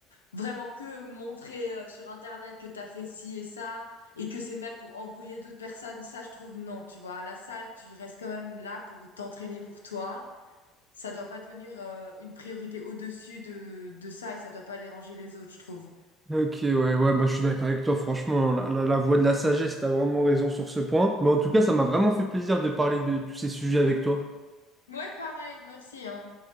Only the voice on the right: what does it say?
Ok, ouais, ouais, bah, je suis d'accord avec toi, franchement, la, la- la voix de la sagesse, t'as vraiment raison sur ce point. Mais en tout cas, ça m'a vraiment fait plaisir de parler de tous ces sujets avec toi.